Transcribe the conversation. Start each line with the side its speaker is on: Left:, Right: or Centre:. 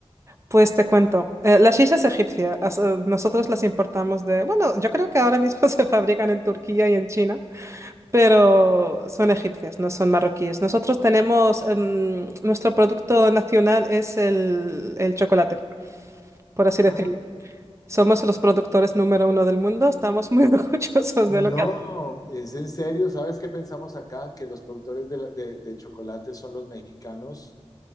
Right: Pues te cuento. Eh, la shisha es egipcia. As- eh, Nosotros las importamos de... Bueno, yo creo que ahora mismo <laughs> se fabrican en Turquía y en China. Pero son egipcias, no son marroquíes. Nosotros tenemos, em, nuestro producto nacional es el, el chocolate, por así decirlo.
Left: Ah,
Right: Somos los productores número uno del mundo, estamos muy <laughs> orgullosos
Left: no,
Right: de lo que... hacemos.
Left: es en serio. ¿Sabes qué pensamos acá? Que los productores de, la- de, de chocolate son los mexicanos.